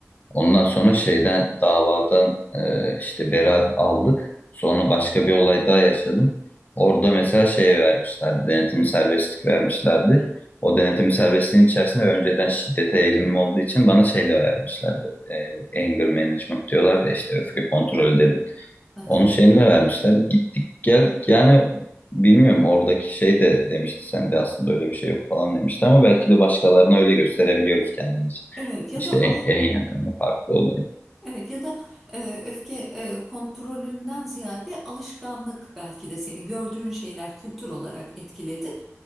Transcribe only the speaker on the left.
Ondan sonra şeyden davadan e, işte beraat aldık. Sonra başka bir olay daha yaşadım. Orada mesela şey vermişlerdi, denetimli serbestlik vermişlerdi.
O denetimli serbestliğin içerisinde önceden şiddete eğilimim olduğu için bana şey de vermişlerdi. E, bu anger management diyorlar
ya, işte öfke kontrolü
dedim.
Onun şeyini de vermişler. Gittik geldik yani bilmiyorum oradaki şey de demişti sende aslında öyle bir şey yok falan demişti ama belki de başkalarına öyle gösterebiliyoruz kendimizi.
İşte
en,
en yakında farklı oluyor.